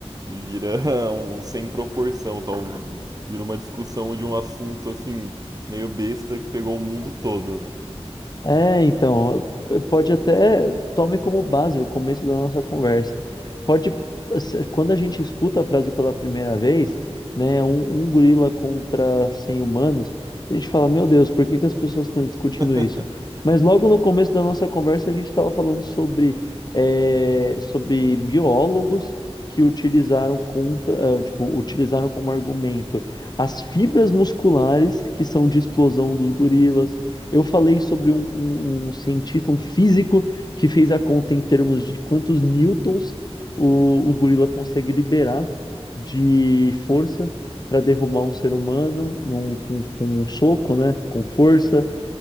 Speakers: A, on the right; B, on the left.
A: e vira <laughs> um sem proporção, tal. Vira uma discussão de um assunto assim, meio besta que pegou o mundo todo, né?
B: É, então, eh, pode até, tome como base o começo da nossa conversa. Pode, se- quando a gente escuta a frase pela primeira vez, né, um, um gorila contra 100 humanos, a gente fala, meu Deus, por que que as pessoas estão discutindo
A: <laughs>
B: isso? Mas logo no começo da nossa conversa, a gente estava falando sobre, eh, sobre biólogos que utilizaram contra, eh, tipo, utilizaram como argumento as fibras musculares que são de explosão dos gorilas, eu falei sobre um, um- um cientista, um físico, que fez a conta em termos de quantos newtons o, o gorila consegue liberar de força para derrubar um ser humano num- com, com um soco, né? Com força.